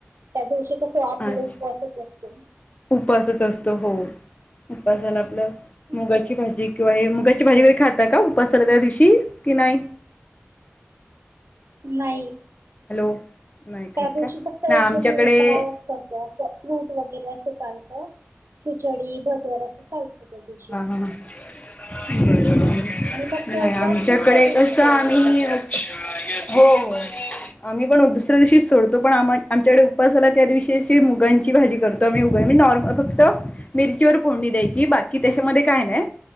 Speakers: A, on the right; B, on the left.
A: त्या दिवशी कसं आपल्याला
B: अच्छा
A: उपवासच असतो.
B: उपासच असतो हो उपसाला आपलं मुगाची
A: हो
B: भाजी. किंवा हे मुगाची भाजी वगैरे खातात का उपासला त्या दिवशी, की नाही.
A: नाही.
B: हॅलो, नाही
A: त्या
B: खात
A: दिवशी
B: का
A: फक्त एकेरी
B: नाही आमच्याकडे
A: फरावच करतो अस, फ्रूट वगैरे असं चालत. खिचडी भगर असं चालतं त्या दिवशी...
B: हां बरोर
A: आणि मग तो
B: नाही
A: उपवास
B: आमच्याकडे
A: दुसऱ्या दिवशी
B: कसं
A: सोडला
B: आम्ही
A: जातो
B: हो. आम्ही पण दुसऱ्या दिवशी सोडतो पण, आम आमच्याकडे उपसा झाला त्या दिवशी अशी मुगांची भाजी करतो. मी उभ म नॉर्म फक्त मिरची व फडणी द्यायची
A: हा
B: बाकी
A: हा हम्म
B: त्याच्यामध्ये काय नाही..